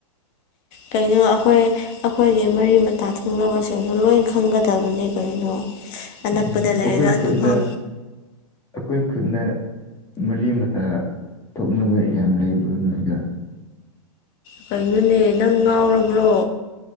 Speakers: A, on the left; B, on the left.
A: ꯀꯩꯅꯣ ꯑꯩꯈꯣꯏ ꯑꯩꯈꯣꯏꯒꯤ ꯃꯔꯤ ꯃꯇꯥ ꯊꯣꯡꯅꯕꯁꯤꯡꯁꯨ ꯂꯣꯏ ꯈꯪꯒꯗꯕꯅꯤ ꯀꯩꯅꯣ ꯑꯅꯛꯄꯗ
B: ꯑꯣ
A: ꯂꯩꯔꯒ
B: ꯑꯩꯈꯣꯏ
A: ꯑꯗꯨꯐꯥꯎ
B: ꯈꯨꯟꯗ ꯑꯩꯈꯣꯏ ꯈꯨꯟꯗ ꯃꯔꯤ ꯃꯇꯥ ꯊꯣꯛꯅꯕ ꯌꯥꯝ ꯂꯩꯕ꯭ꯔꯥ ꯅꯣꯏꯒ
A: ꯀꯩꯅꯣꯅꯦ ꯅꯪ ꯉꯥꯎꯔꯕ꯭ꯔꯣ